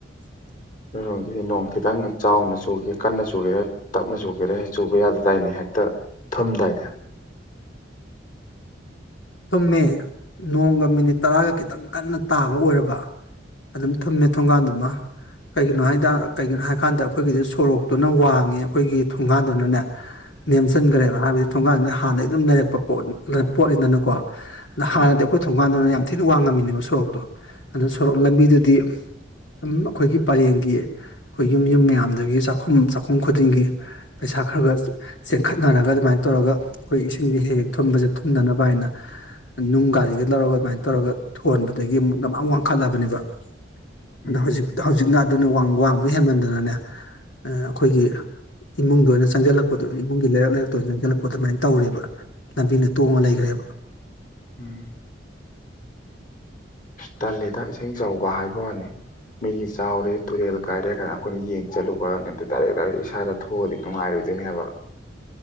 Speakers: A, on the left; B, on the left.
A: <unintelligible>
B: ꯃꯔꯣꯡꯒꯤꯗꯤ ꯅꯣꯡ ꯈꯤꯇꯪ ꯆꯥꯎꯅ ꯆꯨꯒꯦ ꯀꯟꯅ ꯆꯨꯒꯦꯔꯦ ꯇꯞꯅ ꯆꯨꯒꯦꯔꯦ ꯆꯨꯕ ꯌꯥꯗꯗꯥꯏꯅꯦ ꯍꯦꯛꯇ ꯊꯨꯝꯗꯥꯏꯗ
A: ꯆꯨꯝꯃꯦ ꯅꯣꯡꯒ ꯃꯤꯅꯤꯠ ꯇꯔꯥꯒ ꯈꯤꯇꯪ ꯀꯟꯅ ꯇꯥꯕ ꯑꯣꯏꯔꯕ ꯑꯗꯨꯝ ꯊꯝꯃꯦ ꯊꯣꯡꯒꯥꯟꯗꯨꯃ ꯀꯩꯒꯤꯅꯣ ꯍꯥꯏꯗ ꯀꯩꯒꯤꯅꯣ ꯍꯥꯏꯀꯥꯟꯗ ꯑꯩꯈꯣꯏꯒꯤꯗꯤ ꯁꯣꯔꯣꯛꯇꯨꯅ ꯋꯥꯡꯉꯦ ꯑꯩꯈꯣꯏꯒꯤ ꯊꯣꯡꯒꯥꯟꯗꯨꯅꯅꯦ ꯅꯦꯝꯁꯤꯟꯈ꯭ꯔꯦꯕ ꯍꯥꯏꯕꯗꯤ ꯊꯣꯡꯒꯥꯟꯁꯤꯅ ꯍꯥꯟꯅꯩ ꯑꯗꯨꯝ ꯂꯩꯔꯛꯄ ꯄꯣꯠ ꯄꯣꯠꯅꯤꯗꯅ ꯀꯣ ꯑꯗ ꯍꯥꯟꯅꯗꯤ
B: ꯎꯝ
A: ꯑꯩꯈꯣꯏ ꯊꯣꯡꯒꯥꯟꯗꯨꯅ ꯌꯥꯝ ꯊꯤꯅ ꯋꯥꯡꯉꯝꯃꯤꯅꯦꯕ ꯁꯣꯔꯣꯛꯇꯣ ꯑꯗꯨ ꯁꯣꯔꯣꯛ ꯂꯝꯕꯤꯗꯨꯗꯤ ꯁꯨꯝ ꯑꯩꯈꯣꯏꯒꯤ ꯄꯔꯦꯡꯒꯤ ꯑꯩꯈꯣꯏ ꯌꯨꯝ ꯌꯨꯝ ꯃꯌꯥꯝꯗꯒꯤ ꯆꯥꯛꯈꯨꯝ ꯆꯥꯛꯈꯨꯝ ꯈꯨꯗꯤꯡꯒꯤ ꯄꯩꯁꯥ ꯊꯥ ꯈꯔ ꯈꯔ ꯆꯦꯟꯈꯠꯅꯔꯒ ꯑꯗꯨꯃꯥꯏꯅ ꯇꯧꯔꯒ ꯑꯩꯈꯣꯏ ꯏꯁꯤꯡꯁꯦ ꯍꯦꯛ ꯍꯦꯛ ꯊꯨꯝꯕꯁꯦ ꯊꯨꯝꯗꯅꯕ ꯍꯥꯏꯅ ꯅꯨꯡ ꯒꯥꯔꯤꯒ ꯂꯧꯔꯒ ꯑꯗꯨꯃꯥꯏꯅ ꯇꯧꯔꯒ ꯊꯣꯟꯕꯗꯒꯤ ꯑꯃꯨꯛ ꯃ ꯃꯥꯥꯡ ꯋꯥꯡꯈꯠꯂꯕꯅꯦꯕ
B: ꯎꯝ
A: ꯑꯗꯣ ꯍꯧꯖꯤꯛ ꯍꯧꯖꯤꯛꯅ ꯑꯗꯨꯅ ꯋꯥꯡꯕ ꯍꯦꯟꯃꯟꯗꯅꯅꯦ ꯑꯩꯈꯣꯏꯒꯤ ꯏꯃꯨꯡꯗ ꯑꯣꯏꯅ ꯆꯪꯁꯤꯜꯂꯛꯄꯗꯣ ꯏꯃꯨꯡꯒꯤ ꯂꯩꯔꯛ ꯂꯩꯔꯛꯇ ꯑꯣꯏꯅ ꯆꯪꯁꯤꯜꯂꯛꯄꯗꯣ ꯑꯗꯨꯃꯥꯏꯅ ꯇꯧꯔꯦꯕ ꯂꯝꯕꯤꯗ ꯇꯣꯡꯉ ꯂꯩꯈ꯭ꯔꯦꯕ
B: ꯎꯝ ꯇꯜꯂꯤꯗ ꯏꯁꯤꯡ ꯆꯥꯎꯕ ꯍꯥꯏꯕ ꯋꯥꯅꯤ ꯃꯩꯒꯤ ꯆꯥꯎꯔꯦ ꯇꯨꯔꯦꯜ ꯀꯥꯏꯔꯦ ꯀꯥꯟꯗ ꯑꯩꯈꯣꯏꯅ ꯌꯦꯡ ꯆꯠꯂꯨꯕ ꯅꯠꯇ ꯗꯥꯏꯔꯦꯛ ꯗꯥꯏꯔꯦꯛ ꯏꯁꯥꯗ ꯊꯣꯛꯑꯗꯤ ꯅꯨꯡꯉꯥꯏꯔꯣꯏ ꯗꯣꯏꯅ ꯍꯥꯏꯕ